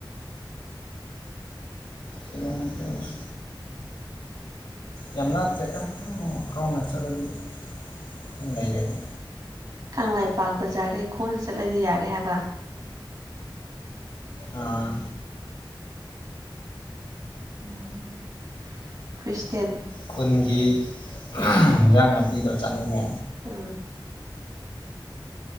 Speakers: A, on the left (about 85°); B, on the right (about 50°).
A: ꯀꯤꯂꯣꯃꯤꯇꯔ <unintelligible> ꯌꯥꯝ ꯂꯥꯞꯇ꯭ꯔꯦꯗ ꯑꯗꯨꯝ ꯈꯣꯟꯅ ꯆꯠꯂꯗꯤ ꯑꯗꯨꯝ ꯂꯩꯔꯦꯗ
B: ꯀꯪꯂꯩꯄꯥꯛ ꯕꯖꯥꯔꯗꯒꯤ ꯈꯣꯡꯅ ꯆꯠꯂꯗꯤ ꯌꯥꯔꯦ ꯍꯥꯏꯕ
A: ꯑꯥ
B: ꯎꯝ ꯈ꯭ꯔꯤꯁꯇꯦꯟ
A: ꯈꯨꯟꯒꯤ ꯍꯦꯟꯖꯥꯡ ꯅꯥꯄꯤꯒ ꯆꯥꯅꯤꯡꯉꯦ
B: ꯑꯥ